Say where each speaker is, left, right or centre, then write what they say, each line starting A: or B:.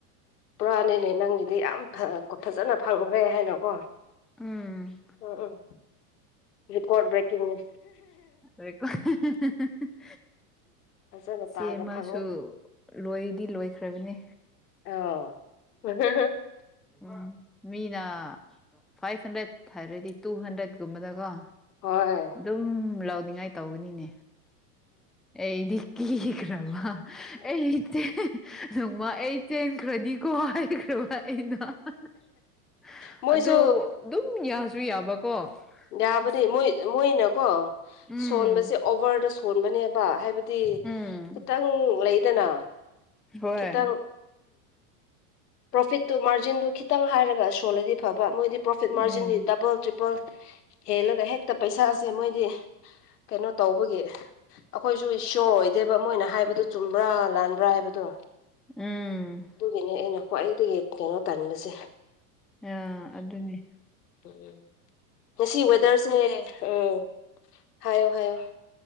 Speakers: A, on the left; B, in the centre.
A: ꯄꯨꯔꯥꯅꯤꯅꯦ ꯅꯪꯒꯤꯗꯤ ꯌꯥꯝ ꯐꯖꯅ ꯐꯪꯈ꯭ꯔꯦ ꯍꯥꯏꯅꯀꯣ
B: ꯎꯝ
A: ꯎꯝ ꯎꯝ ꯔꯤꯄꯔꯣꯠ ꯕꯔꯦꯀꯤꯡꯅꯤ
B: <unintelligible>
A: ꯐꯖꯅ
B: ꯁꯤꯃꯁꯨꯨ
A: ꯇꯥꯅ ꯐꯪꯉꯦ
B: ꯂꯣꯏꯗꯤ ꯂꯣꯏꯈ꯭ꯔꯕꯅꯤ
A: ꯑꯣ <unintelligible>
B: ꯎꯝ ꯃꯤꯅ ꯐꯥꯏꯚ ꯍꯟꯗ꯭ꯔꯦꯠ ꯍꯥꯏꯔꯗꯤ ꯇꯨ ꯍꯟꯗ꯭ꯔꯦꯠꯀꯨꯝꯕꯅꯀꯣ
A: ꯍꯣꯏ
B: ꯑꯗꯨꯝ ꯂꯧꯅꯤꯡꯉꯥꯏ ꯇꯧꯒꯅꯤꯅꯦ ꯑꯩꯗꯤ ꯀꯤꯈ꯭ꯔꯕ ꯑꯩꯆꯦ ꯅꯣꯡꯃ ꯑꯩꯇꯦ ꯈ꯭ꯔꯗꯤ ꯀꯣ ꯍꯥꯏꯈ꯭ꯔꯣ ꯑꯩꯅ <unintelligible>
A: ꯃꯣꯏꯁꯨ
B: ꯑꯗꯣ ꯑꯗꯨꯝ ꯌꯥꯁꯨ ꯌꯥꯕꯀꯣ
A: ꯌꯥꯕꯗꯤ
B: ꯑꯁ
A: ꯃꯣꯏ ꯃꯣꯏꯅꯀꯣ
B: ꯎꯝ
A: ꯁꯣꯟꯕꯁꯦ ꯑꯣꯚꯔꯗ ꯁꯣꯟꯕꯅꯦꯕ ꯍꯥꯏꯕ ꯗꯤ
B: ꯎꯝ
A: ꯈꯤꯇꯪ ꯂꯩꯗꯅ
B: ꯍꯣꯏ
A: ꯈꯤꯇꯪ ꯄ꯭ꯔꯣꯐꯤꯠꯇꯨ ꯃꯥꯔꯖꯤꯟꯗꯨ ꯈꯤꯇꯪ ꯍꯥꯏꯔꯒ ꯁꯣꯜꯂꯗꯤ ꯐꯕ ꯃꯣꯏꯗꯤ ꯄ꯭ꯔꯣꯐꯤꯠ
B: ꯎꯝ
A: ꯃꯥꯔꯖꯤꯟꯗꯤ ꯗꯕꯜ ꯇ꯭ꯔꯤꯄꯜ ꯍꯦꯜꯂꯒ ꯍꯦꯛꯇ ꯄꯩꯁꯥꯁꯦ ꯃꯣꯏꯗꯤ ꯀꯩꯅꯣ ꯇꯧꯕꯒꯤ ꯑꯩꯈꯣꯏꯁꯨ ꯏꯁꯌꯣꯔ ꯑꯣꯏꯗꯦꯕ ꯑꯃꯣꯏꯅ ꯍꯥꯏꯕꯗꯣ ꯆꯨꯝꯕ꯭ꯔꯥ ꯂꯥꯟꯕ꯭ꯔꯥ ꯍꯥꯏꯕꯗꯣ
B: ꯎꯝ
A: ꯑꯗꯨꯒꯤꯅꯦ ꯑꯩꯅ ꯈ꯭ꯋꯥꯏꯗꯒꯤ ꯀꯩꯅꯣ ꯇꯟꯕꯁꯦ
B: ꯑꯥ ꯑꯗꯨꯅꯦ
A: ꯎꯝ ꯉꯁꯤ ꯋꯦꯗꯔꯁꯦ ꯎꯝ ꯍꯥꯏꯌꯣ ꯍꯥꯏꯌꯣ